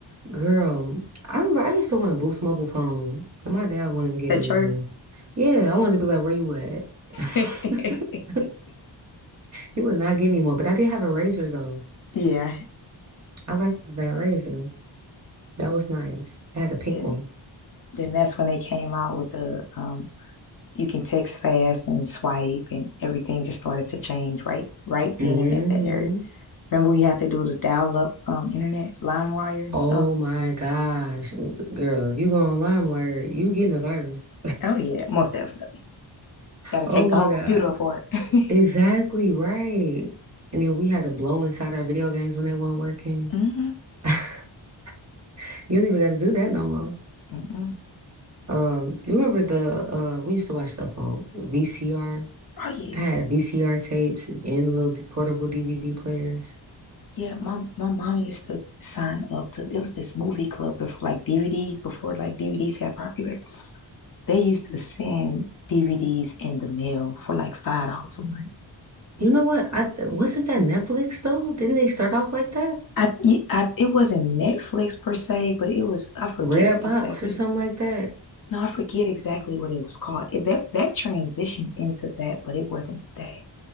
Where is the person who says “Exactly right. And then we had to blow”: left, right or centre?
Right